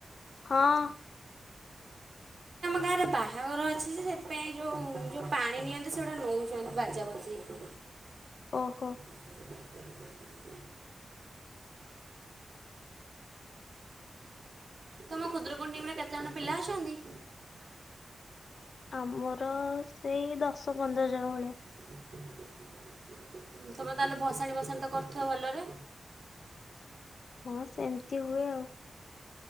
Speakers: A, on the left; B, on the right.
A: ହଁ।
B: କାହାର ବାହାଘର ଅଛି ଯେ, ସେଥିପାଇଁ ଯୋଉଁ ଯୋଉ ପାଣି ନିଅନ୍ତି ସେଗୁଡା ନେଉଚନ୍ତି ବାଜା ବଜେଇକି।
A: ଓହୋ।
B: ହ ତମ ଖୁଦୁରୁକୁଣୀ ଟିମ୍ ରେ କେତେ ଅଣ ପିଲା ଅଛନ୍ତି?
A: ଆମର ସେଇ ଦଶ ପନ୍ଦର ଜଣ ଭଳିଆ।
B: ହ ହ <inaudible> ତମେ ତାହେଲେ ଭସାଣି ଭସାଣି ତ କରୁଥୁବ ଭଲରେ?
A: ହଁ, ସେମିତି ହୁଏ ଆଉ।